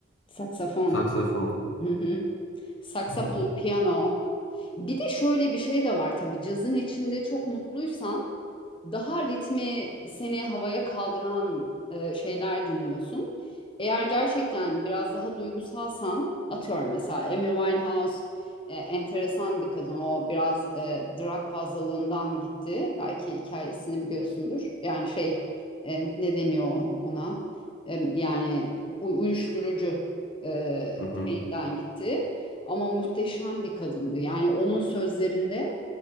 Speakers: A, on the left; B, on the left.
A: saksafon.
B: Saksafon.
A: Hı hı. Saksafon,
B: Hmm,
A: piyano. Bir de şöyle bir şey de var tabii. Cazın içinde çok mutluysan daha ritmi seni havaya kaldıran e, şeyler dinliyorsun. Eğer gerçekten biraz daha duygusalsan, atıyorum mesela Amy Winehouse e, enteresan bir kadın. O biraz e, drug fazlalığından gitti. Belki hikayesini biliyorsundur. Yani şey e, ne deniyor ona? E, yani u- uyuşturucu e,
B: Hı hı.
A: şeyinden gitti. Ama muhteşem bir kadındı. Yani onun sözlerinde